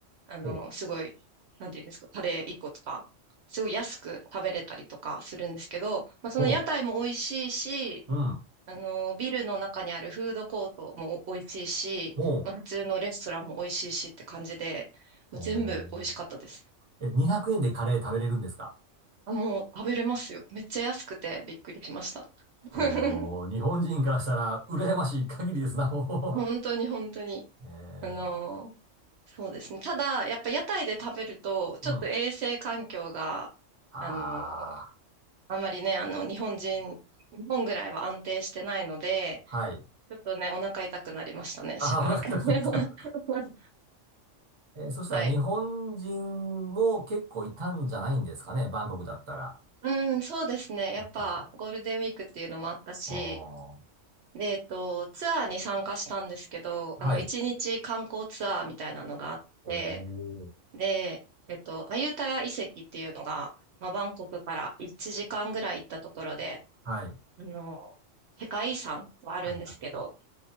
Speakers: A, on the right; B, on the right.
A: あの、
B: ほう。
A: すごい、なんていうんですか、タレー1個とか、すごい安く食べれたりとかするんですけど、まあ、その屋台も美味しいし、
B: ほう。うん。
A: あの、ビルの中にあるフードコートも美味しいし、
B: ほう。
A: まあ、普通のレストランも美味しいしって感じで、もう全部美味しかったです。
B: おーえ、200円でカレー食べれるんですか
A: あ、もう食べれますよ。めっちゃ安くてびっくりしました。<laughs>
B: おー、日本人からしたら羨ましい限りですな。お
A: 本当に本当に。
B: ーえー、
A: あのーそうですね。ただ、やっぱ屋台で食べると、ちょっと衛生環境が、
B: うん。ああ、
A: あのあんまりね、あの、日本人、日本ぐらいは安定してないので、
B: はい。
A: ちょっとね、お腹痛くなりましたね、
B: ああ、
A: しばらく。
B: お腹痛くなった。
A: <laughs>
B: えーそしたら日本人も結構いたんじゃないんですかね、
A: はい。
B: バンコクだったら。
A: うん、そうですね。
B: やっぱり。
A: やっぱ、ゴールデンウィークっていうのもあったし、
B: おー
A: で、えっと、ツアーに参加したんですけど、
B: はい。
A: あの、一日観光ツアーみたいなのがあって、
B: おー。
A: で、えっと、アユタヤ遺跡っていうのが、まあ、バンコクから1時間ぐらい行ったところで、
B: はい。
A: あの、世界遺産があるんですけど、
B: はい、はい、はい。